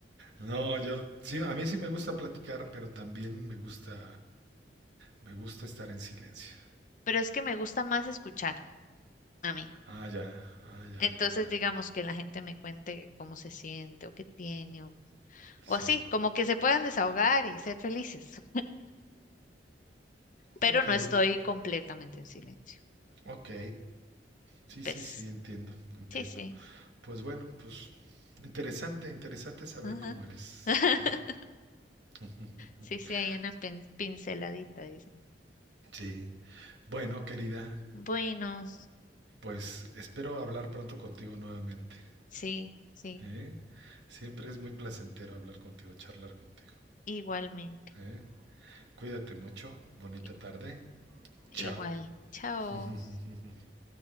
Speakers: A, on the right (about 85°); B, on the left (about 50°).
A: No, yo sí, a mí sí me gusta platicar, pero también me gusta me gusta estar en silencio.
B: Pero es que me gusta más escuchar a mí.
A: Ah, ya, ah, ya,
B: Entonces,
A: ya, ya.
B: digamos
A: ya.
B: que la gente me cuente cómo se siente o qué tiene o,
A: Sí.
B: o así, como que se puedan desahogar y ser felices. pero
A: Ok,
B: no estoy completamente en silencio.
A: ok. Sí,
B: ¿Ves?
A: sí, sí, entiendo, entiendo.
B: Sí, sí.
A: Pues bueno, pues interesante, interesante saber
B: Ajá.
A: cómo eres,
B: <laughs>
A: ¿eh? <laughs>
B: Sí, sí, hay una pin- pinceladita, dicen.
A: Sí. Bueno, querida,
B: Bueno,
A: pues espero hablar pronto contigo nuevamente,
B: sí, sí,
A: ¿eh? Siempre es muy placentero hablar contigo, charlar contigo,
B: igualmente.
A: ¿eh? Cuídate mucho, bonita
B: I-
A: tarde,
B: Igual.
A: chao.
B: Chao.
A: <laughs>